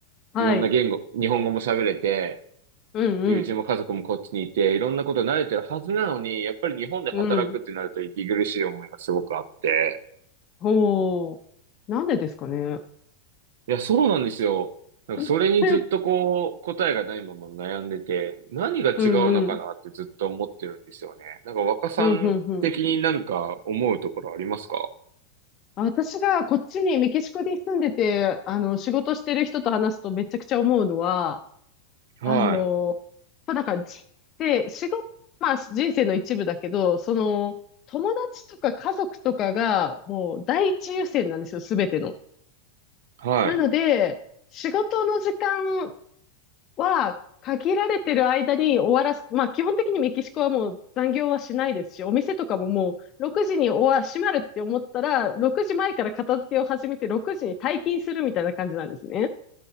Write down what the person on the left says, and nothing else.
はい。
うん、うん。
うん。ほう。なんでですかね。
<laughs> え
うん、うん。
うん、うん、うん。私がこっちにメキシコに住んでて、あの、仕事してる人と話すとめちゃくちゃ思うのは、
あの、まあ、なんか、じで、仕事、まあ、人生の一部だけど、その、友達とか家族とかが、もう、第一優先なんですよ、すべての。
なので、仕事の時間は、限られてる間に終わらす。まあ、基本的にメキシコはもう残業はしないですし、お店とかももう6時に終わ、閉まるって思ったら、6時前から片付けを始めて6時に退勤するみたいな感じなんですね。